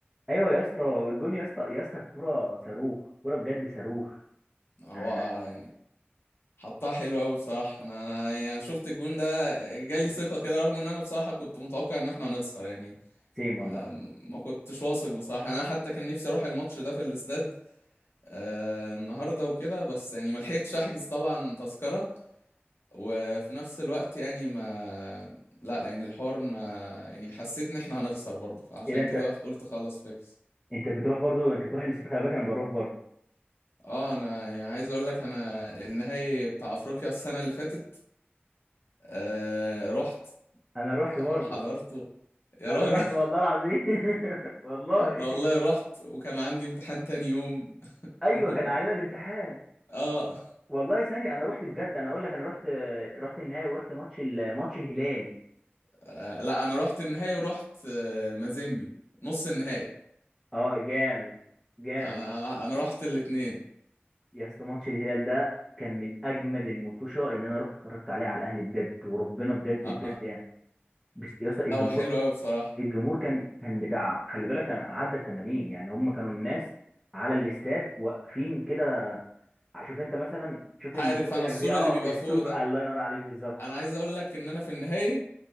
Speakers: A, in the centre; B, on the left (about 80°).
A: ايوه يا اسطى الجون يا اسطى يا اسطى الكوره صاروخ كوره بجد صاروخ
B: هو
A: انا
B: آه، يعني حطها حلو قوي بصراحة انا انا يعني شفت الجون ده جالي ثقة كده رغم ان انا بصراحة كنت متوقع ان احنا هنخسر يعني
A: سيم والله
B: آم، ما كنتش واثق بصراحة انا حتى كان نفسي اروح الماتش ده في الاستاد آه، النهارده وكده بس يعني ما لحقتش احجز طبعا تذكرة وفي نفس الوقت يعني ما لا يعني الحوار ما يعني حسيت ان احنا هنخسر برضه فعشان
A: ايه ده انت
B: كده قلت خلاص فيكس
A: انت بتروح برضو انت بتروح للست خلي بالك انا بروح برضو
B: اه انا يعني عايز اقول لك انا النهائي بتاع افريقيا السنة اللي فاتت آه رحت
A: انا رحت برضو
B: وحضرته يا
A: انا
B: راجل
A: رحت والله العظيم <laughs> والله
B: <laughs> لا والله رحت وكان عندي امتحان تاني يوم
A: ايوه
B: <laughs>
A: كان علينا الامتحان
B: آه,
A: والله ثاني انا رحت بجد انا اقول لك انا رحت رحت النهائي ورحت ماتش ال- ماتش الهلال
B: اه لا انا رحت النهائي ورحت آه مازيمبي نص النهائي
A: اه جامد جامد
B: انا انا أنا رحت الاتنين
A: يا اسطى ماتش الهلال ده كان من اجمد المطوشه اللي انا رحت اتفرجت عليها على الاهلي بجد وربنا بجد
B: اه
A: بجد يعني بس يا اسطى الجمهور
B: هو حلو قوي بصراحة
A: الجمهور كان كان بتاع خلي بالك كان عدى ال 80 يعني هم كانوا الناس على الاستاد واقفين كده شوف انت مثلا شوف الاستاد
B: عارف
A: بيبقى
B: انا السور
A: كبير اه
B: اللي بيبقى
A: السور
B: فوق ده
A: الله ينور عليك بالظبط
B: انا عايز اقول لك ان انا في النهائي